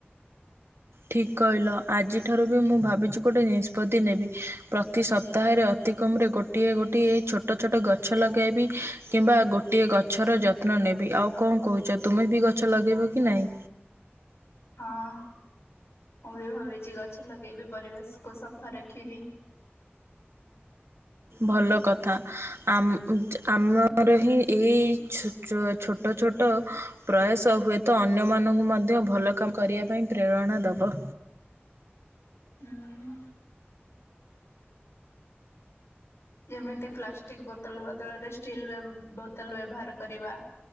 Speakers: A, on the right; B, on the left.
A: ଠିକ୍ କହିଲ ଆଜିଠାରୁ ବି ମୁଁ ଭାବିଛି ଗୋଟଏ ନିଷ୍ପତ୍ତି ନେବି ପ୍ରତି ସପ୍ତାହରେ ଅତି କମରେ ଗୋ ଟିଏ ଗୋଟିଏ ଛୋଟୋ ଛୋଟୋ ଗଛ ଲଗାଇବି କିମ୍ବା ଗୋଟିଏ ଗଛର ଯ ତ୍ନ ନେବି ଆଉ କଁ କୋହୁଚ ତୁମେ ବି ଗଛ ଲଗେଇବ କି ନାଇଁ।
B: ହଁ। ମୁଁ ବି ଭାବିଛି ଗଛ ଲଗେଇବି ପରିବେଶ କୁ ସଫା ରଖିବି। <inaudible>
A: ଭଲ କଥା <unintelligible> ଆମର
B: ହୁଁ
A: ହିଁ ଏଇ <unintelligible> ଛୋଟୋ ଛୋଟୋ ପ୍ରୟାସ ହୁଏତ ଅନ୍ୟମାନଙ୍କୁ ମଧ୍ୟ ଭଲ କାମ୍ କରିବା ପାଇଁ ପ୍ରେରଣା ଦବ।
B: ହୁଁ। ଯେମିତି ପ୍ଲାଷ୍ଟିକ ବୋତୋଲ ବଦଳରେ ଷ୍ଟିଲ୍ <unintelligible> ବୋତୋଲ ବ୍ୟବହାର କରିବା।